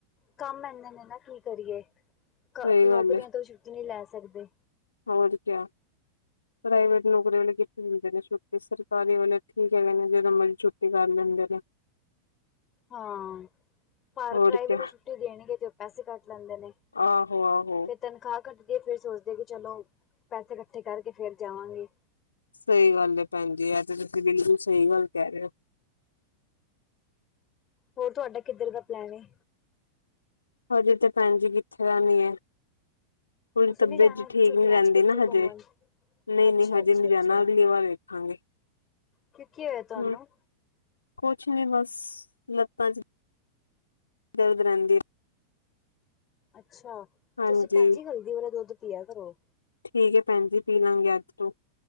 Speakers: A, on the left; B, on the left.
A: ਕਾੰਮ ਐਨਾ ਨੇ ਨਾ ਕੀ ਕਰੀਏ,
B: ਸਹੀ
A: ਨੌਕਰੀਆਂ
B: ਗੱਲ ਹੈ
A: ਤੋਂ ਛੁੱਟੀ ਨਈ ਲੈ ਸਕਦੇ।
B: ਹੋਰ ਕੇਆ। ਪ੍ਰਾਈਵੇਟ ਨੌਕਰੀ ਵਾਲੇ ਕਿੱਥੇ ਦਿੰਦੇ ਨੇ ਛੁੱਟੀ ਸਰਕਾਰੀ ਵਾਲੇ ਠੀਕ ਹੈਗੇ ਨੇ ਜਦੋ ਮਰਜੀ ਛੁੱ ਟੀ ਕਾਰ ਲੈਂਦੇ ਨੇ।
A: ਹਾਂ, ਪਾਰ
B: ਹੋਰ
A: ਪ੍ਰਾਈਵੇਟ
B: ਕਿਆ
A: ਛੁੱਟੀ ਦੇਣਗੇ ਤੇ ਪੈਸੇ ਕਾੱਟ ਲੈਂਦੇ ਨੇ।
B: ਆਹੋ-ਆਹੋ।
A: ਫਿਰ ਤਨਖਾਹ ਕੱਟਦੀ ਏ ਫੇਰ ਸੋਚਦੇ ਕਿ ਚਲੋ, ਪੈਸੇ ਕੱਠੇ ਕਾਰਕੇ ਫੇਰ ਜਾਵਾਂਗੇ।
B: ਸਈ ਗਾੱਲ ਏ ਭੈਨਜੀ, ਐ ਤਾ ਤੁਸੀਂ ਬਿਲਕੁਲ ਸਈ ਗਾੱਲ ਕੈ ਰੇ ਓ।
A: ਹੋਰ ਤੁਹਾਡਾ ਕਿੱਧਰ ਦਾ ਪਲੈਨ ਏ
B: ਹਜੇ ਤੇ ਭੈਣ ਜੀ ਕਿੱਥੇ ਰਹਿੰਣੀ ਹੈ ਉਹਦੀ
A: ਤੁਸੀਂ
B: ਤਬੀਅਤ
A: ਨੀ ਜਾਣਾ
B: ਜੀ ਠੀਕ
A: ਛੁੱਟੀਆਂ
B: ਨੀ ਰਹਿੰਦੀ
A: ਚ ਕਿੱਥੇ
B: ਨਾ ਹਜੇ
A: ਘੁੰਮਣ
B: ਨਹੀਂ
A: ਅੱਛਾ-ਅੱਛਾ-ਅੱਛਾ
B: ਨਹੀਂ ਹਜੇ ਨੀ ਜਾਣਾ ਅਗਲੀ ਵਾਰ ਵੇਖਾਂਗੇ
A: ਕਿੱਥੇ ਆ ਤੁਹਾਨੂੰ
B: ਹੂੰ ਕੁਛ ਨੀ ਬਸ ਲੱਤਾਂ ਚ ਦਰਦ ਰਹਿੰਦੀ ਹੈ
A: ਅੱਛਾ
B: ਹਾਂਜੀ
A: ਤੁਸੀਂ ਭੈਣਜੀ ਹਲਦੀ ਵਾਲਾ ਦੁੱਧ ਪਿਆ ਕਰੋ
B: ਠੀਕ ਹੈ ਭੈਣ ਜੀ ਪੀ ਲਾਂਗੇ ਅੱਜ ਤੋਂ